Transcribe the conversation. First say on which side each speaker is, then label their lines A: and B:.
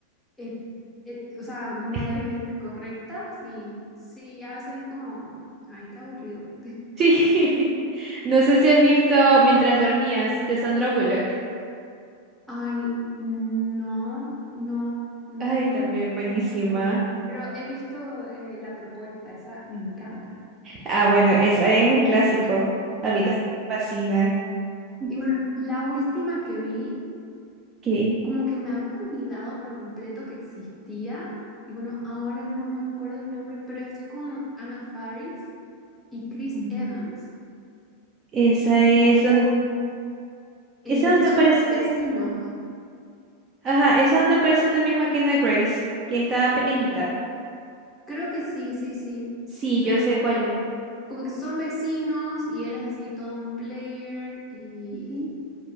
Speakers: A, in the centre; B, on the right.
A: et- et- o sea, moralmente
B: <laughs>
A: correctas y sí, a veces es como, ay, qué aburrido. <laughs>
B: Sí, <laughs> no sé si has visto Mientras dormías de Sandra Bullock.
A: Ay, no, no, no
B: Ay, también
A: me suena
B: buenísima.
A: tampoco, pero he visto eh, la propuesta, esa me encanta.
B: Ah, bueno, esa es un clásico. A
A: Sí,
B: mí también
A: sí.
B: me fascina. Ujú.
A: Y bueno, la última que vi,
B: Ok.
A: como que me había olvidado por completo que existía, y bueno, ahora no me acuerdo el nombre, pero es con Anna Faris y Chris
B: Una-
A: Evans,
B: Esa es
A: ubica-
B: donde,
A: eh,
B: esa donde
A: que son
B: aparece,
A: como vecinos.
B: ajá, esa donde aparece también McKenna Grace, que está pequeñita.
A: Creo que sí, sí, sí.
B: Sí,
A: Pero
B: yo sé
A: como,
B: cuál es.
A: como que son vecinos y él es así todo un player y,
B: Ujú.